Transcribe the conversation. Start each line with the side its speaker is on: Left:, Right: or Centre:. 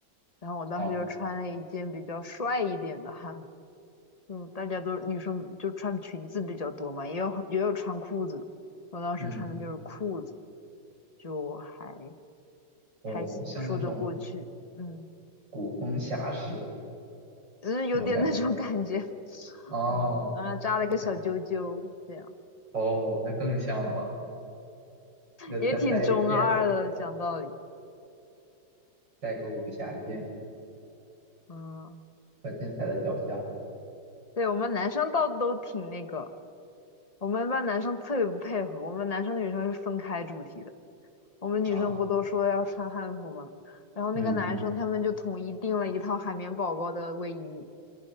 Left: 然后我当时就穿了一件比较帅一点的汉服，
Right: 哦
Left: 嗯，大家都女生就穿裙子比较多嘛，也有也有穿裤子的，我当时穿的就是裤子，
Right: 嗯
Left: 就还。
Right: 哦，
Left: 还行，
Right: 像那种
Left: 说得过去，嗯，
Right: 古风侠士
Left: 只是有点那种感觉
Right: 那种感觉。
Left: <laughs>，
Right: 哦，
Left: 嗯，然后扎了个小揪揪，
Right: 你想
Left: 这样
Right: 哦，那更像了，要再带一个剑，
Left: 也挺中二的，讲道理，
Right: 带个武侠剑，
Left: 嗯，
Right: 把剑踩在脚下
Left: 对，我们男生倒都挺那个，我们班男生特别不配合，我们男生女生是分开主题的，我们女生不都说要穿汉服吗？
Right: 啊，
Left: 然后那个男生他们就统一订了一套海绵宝宝的卫衣，
Right: 嗯，